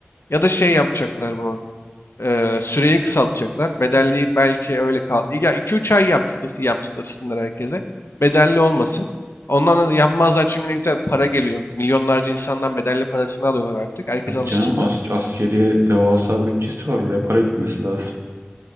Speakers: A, on the left; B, on the right.
A: Ya da şey yapacaklar bunu. Eee, süreyi kısaltacaklar. Bedelliği belki öyle kal. Ya 2-3 ay yapstırsın, yaptırsınlar herkese. Bedelli olmasın. Ondan da yapmazlar çünkü ne güzel para geliyor. Milyonlarca insandan bedelli parasını alıyorlar artık. Herkese
B: Tabii
A: alıştırdılar.
B: canım as askeriye devasa bütçesi var. Oraya para gitmesi lazım.